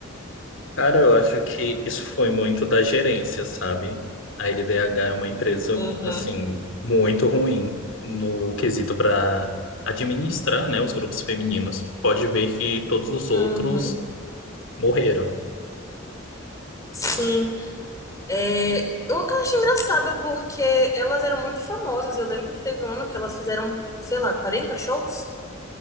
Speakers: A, on the left (about 65°); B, on the left (about 15°).
A: Cara, eu acho que isso foi muito da gerência, sabe? A LDH é uma empresa,
B: Uhum,
A: assim, muito ruim no quesito para administrar, né, os grupos femininos. Pode ver que todos os outros
B: uhum.
A: morreram.
B: Sim. É, eu acho engraçado porque elas eram muito famosas. Eu lembro que teve um ano que elas fizeram, sei lá, 40 shows